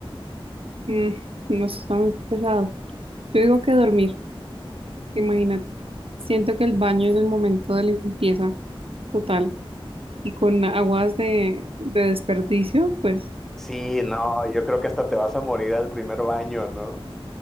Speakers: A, on the right (about 75°); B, in the centre.
A: Mm, no, sé, está muy pesado. Yo digo que dormir. Imagínate. Siento que el baño es el momento de limpieza total y con aguas de, de desperdicio, pues
B: Sí, no, yo creo que hasta te vas a morir al primer baño, ¿no?